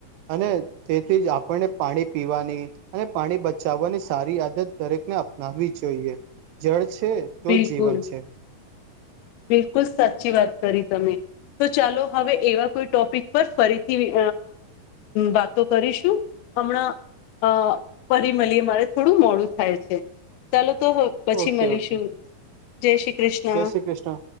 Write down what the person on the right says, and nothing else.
અને તેથી જ આપણને પાણી પીવાની અને પાણી બચાવવાની સારી આદત દરેક. અપનાવવી જોઈએ જળ છે, તો
જીવન છે.
ઓકે
ઓકે
જય શ્રી કૃષ્ણ.